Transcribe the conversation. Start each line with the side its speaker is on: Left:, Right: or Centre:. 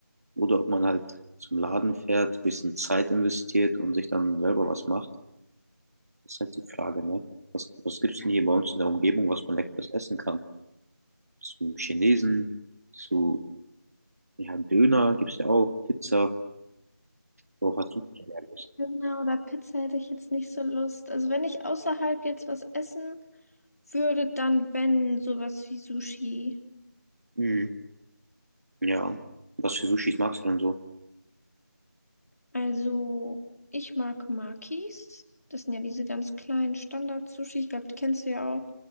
Right: oder ob man halt zum Laden fährt, ein bisschen Zeit investiert und sich dann selber was macht. Das ist halt die Frage, ne? Was, was gibt's denn hier bei uns in der Umgebung, was man leckeres essen kann? Zum Chinesen, zu, ja, Döner gibt's ja auch, Pizza, wo hast du denn Leckeres?
Left: Döner oder Pizza hätte ich jetzt nicht so Lust. Also wenn ich außerhalb jetzt was essen würde, dann wenn sowas wie Sushi.
Right: Mhm. Ja. Was für Sushis magst du denn so?
Left: Also ich mag Makis. Das sind ja diese ganz kleinen Standard-Sushi. Ich glaube, die kennst du ja auch.